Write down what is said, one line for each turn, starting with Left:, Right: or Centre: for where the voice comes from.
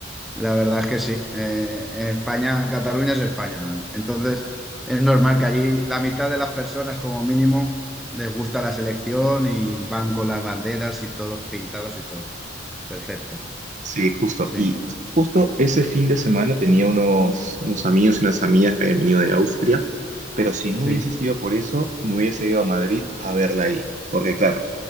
Centre: la verdad es que sí. Eh, en España, Cataluña es España. Entonces, es normal que allí la mitad de las personas, como mínimo, les gusta la selección y van con las banderas y todos pintados y todo. Perfecto.
Right: Sí, justo.
Centre: Sí,
Right: Y justo ese fin de semana tenía unos, unos amigos y unas amigas que habían venido de Austria, pero si no
Centre: sí.
Right: hubiese sido por eso, me hubiese ido a Madrid a verla ahí, porque claro,